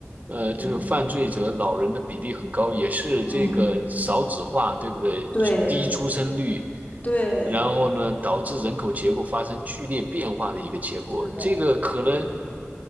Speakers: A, on the right; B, on the left.
A: 呃，就是犯罪者老人的比例很高，
B: 嗯
A: 也是这个少子化，
B: 嗯，
A: 对不对？
B: 对
A: 低出生率，
B: 对，
A: 然后呢，
B: 啊
A: 导致人口结构发生剧烈变化的一个结果。
B: 是的，
A: 这个可能
B: 是的，